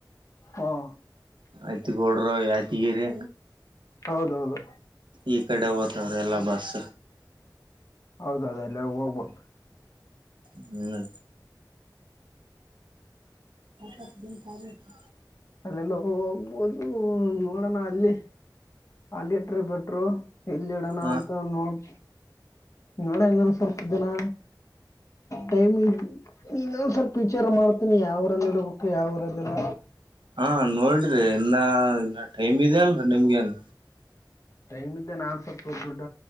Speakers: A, on the left; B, on the right.
A: ಹಾಂ
B: ಐತ್ತುಗೋಡರು ಯಾತಿಗಿರಿ
A: ಹೌದೌದು
B: ಈ ಕಡೆ ಓ್ತವ್ರ ಎಲ್ಲಾ ಬಸ್
A: ಹೌದ ಅದ ಎಲ್ಲ ಹೋಗ್ಬೋದು
B: ಹ್ಮ್ ಹತ್ತ ಸಾರತ್ತು
A: ಅಲ್ಲೆ ನೋ ಹೋಗ್ಬೋದು ನೋಡೋಣ ಅಲ್ಲಿ ಅಲ್ಲಿ ಇಟ್ರ ಬಿಟ್ರು ಇಲ್ಲಿಡಣ
B: ಹ
A: ಅಂತ ನೋಡ್ ನೋಡಂಗೋ ಸ್ವಲ್ಪ ಇದ್ದನಾ ಟೈಮ್ ಇನ್ನೊಂದ್ ಸ್ವಲ್ಪ ವಿಚಾರ ಮಾಡ್ತೀನಿ ಯಾವ್ರಲ್ಲಿ ಇಡ್ಬೇಕು ಯಾವರಲ್ಲೆಲ್ಲ
B: ಹಾ ನೋಡ್ರಿ ಇನ್ನ ಇನ್ನ ಟೈಮ್ ಇದೆ ಅಲ್ರಿ ನಿಮ್ಗೆನ್
A: ಟೈಮ್ ಇ್ದ ನಾ ಸಪ್ಪ ದೊಡ್ಡ